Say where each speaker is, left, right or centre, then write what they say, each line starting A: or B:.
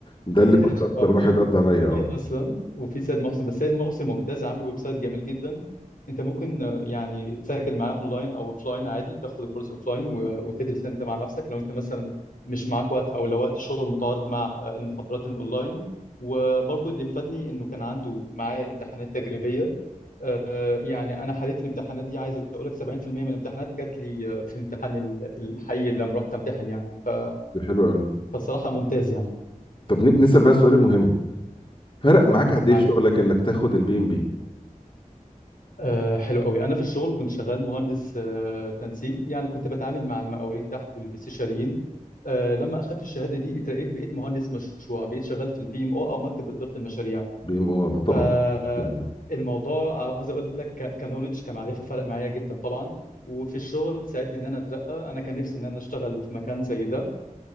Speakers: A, on the left (about 40°); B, on the left (about 75°).
A: ده اللي
B: في
A: كنت
B: <laughs>
A: اكتر
B: اه في
A: واحد عدى عليا
B: في
A: اه
B: رسلان وفي سيد محسن بس سيد محسن ممتاز عامل ويب سايت جميل جدا انت ممكن آه، يعني تسجل معاه اونلاين او اوفلاين عادي تاخد الكورس اوفلاين و- وتدرس انت مع نفسك لو انت مثلا مش معاك وقت او لو وقت الشغل متعارض مع آه، المحاضرات الاونلاين وبرضو اللي فادني انه كان عنده معاه امتحانات تجريبيه آه، يعني انا حليت الامتحانات دي عايز اقول لك 70% من الامتحانات جات لي آه، في الامتحان ال- الحقيقي لما رحت امتحن يعني ف...
A: ده حلو قوي
B: فالصراحه ممتاز يعني
A: طب ن- نسال بقى السؤال المهم فرق معاك قد
B: معاك
A: ايه في شغلك انك تاخد البي ام بي
B: أه حلو قوي انا في الشغل كنت شغال مهندس أه تنسيق يعني كنت بتعامل مع المقاولين تحت والاستشاريين أه لما اخدت الشهاده دي اترقيت بقيت مهندس مشروع بقيت شغال في البي ام او او مكتب اداره المشاريع
A: بي ام اه ده طبعا
B: فالموضوع
A: جداً.
B: عاوز اقول لك ك- كنولج كمعرفه فرق معايا جدا طبعا وفي الشغل ساعدني ان انا اترقى انا كان نفسي ان انا اشتغل في مكان زي ده